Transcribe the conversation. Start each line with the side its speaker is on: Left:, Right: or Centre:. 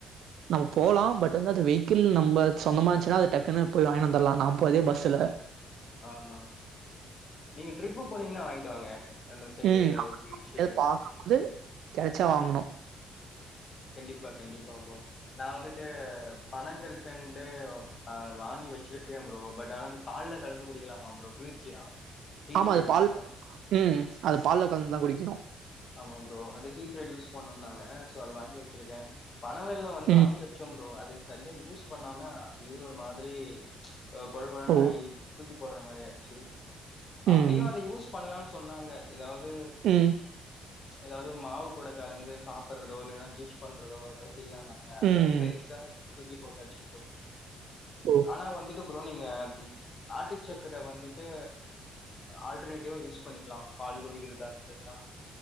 Right: நம்ப போலாம் பட் அது வந்து அது வெஹிகிள் நம்ப சொந்தமா இன்ச்சுன்னா அது டக்குன்னு போய் வாங்கிட் வந்தர்லா நா போனதே பஸ்ல
Left: ஆமா நீங்க ட்ரிப்பு போனீங்கன்னா வாங்கிட்டு வாங்க அந்த சைடு
Right: ம்.
Left: எதாவது பீச்சு
Right: எப்பயாவது பாக்கும்போது கெடைச்சா
Left: ஆ
Right: வாங்கணும்.
Left: கண்டிப்பா கண்டிப்பா ப்ரோ நா வந்துட்டு பண கற்கண்டு வாங்கி வச் சிர்க்கே ப்ரோ பட் ஆனா அது பால்ல கலந்து குடிக்கலாமா ப்ரோ குளிர்ச்சியா ஹீட்
Right: ஆமா அது
Left: ரெடியூஸ்
Right: பால்
Left: பண்ணு
Right: ம் அது பால்ல கலந்து தா குடிக்கனு
Left: ஆமா ப்ரோ அது ஹீட்ட ரெடியூஸ் பண்ணுதானே சோ அத வாங்கி வச்சிருக்கே பணவெல்லோ வந்து
Right: ம்.
Left: வாங்கி வச்சோம் ப்ரோ அது சரியா யூஸ் பண்ணாம அப்டியே ஒரு மாதிரி கொழ கொழனு
Right: ஓ!
Left: ஆயி தூக்கி போட்ற மாரி ஆச்சு அப்டியு
Right: ம்.
Left: அத யூஸ் பண்லானு சொன்னாங்க எதாவது
Right: ம்.
Left: எதாவது மாவு கூட கலந்து சாப்பட்றதோ இல்லன்னா டிஷ் பண்றதோ எதாவது செய்லானாங்க அத
Right: ம்.
Left: பெருசா தூக்கி போட்டாச்சி ப்ரோ
Right: ஓ!
Left: ஆனா வந்துட்டு ப்ரோ நீங்க நாட்டு சக்கர வந்துட்டு ஆல்டர்னேட்டிவா யூஸ் பண்ணிக்லா பால் குடிக்கறதா இருந்திருந்தா